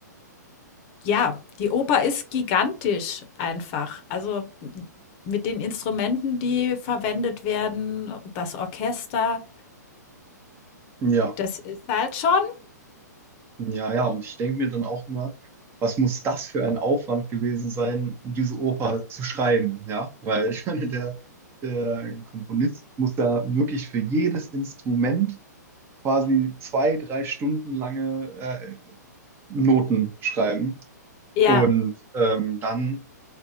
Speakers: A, on the left (about 40°); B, on the right (about 25°).
A: Ja, die Oper ist gigantisch einfach. Also mit den Instrumenten, die verwendet werden, das Orchester,
B: ja.
A: das ist halt schon.
B: Ja, ja, und ich denke mir dann auch immer, was muss das für ein Aufwand gewesen sein, diese Oper zu schreiben, ja? Weil ich <laughs> meine, der, der Komponist muss da wirklich für jedes Instrument quasi zwei, drei Stunden lange äh, Noten schreiben.
A: Ja,
B: Und ähm, dann